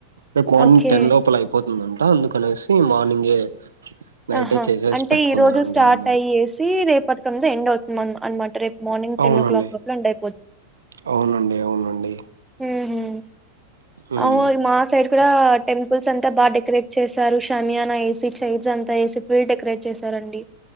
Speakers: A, on the right (about 70°); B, in the centre.
A: రేపు మార్నింగ్
B: ఓకే
A: టెన్ లోపల అయిపోతుందంట అందుకనేసి మార్నింగే నైటే
B: ఆహా
A: చేసేసి
B: అంటే
A: పెట్టుకున్నారండి
B: ఈ రోజు స్టార్
A: అన్ని.
B: ట్రైయ్యేసి రేపటికంత ఎండ్ అవుతుందన్నమాట రేపు మార్నింగ్
A: అవునండి
B: టెన్ ఓ క్లాక్ లోపల ఎండై
A: అవునండి అవునండి
B: మ్ హు
A: ఉమ్
B: అవు మా సైడ్ కూడా టెంపుల్స్ అం త బాగా డెకరేట్ చేశారు షనియానా ఎసి చైర్స్ అంతా ఎసి ఫుల్ డెకరేట్ చేసారండి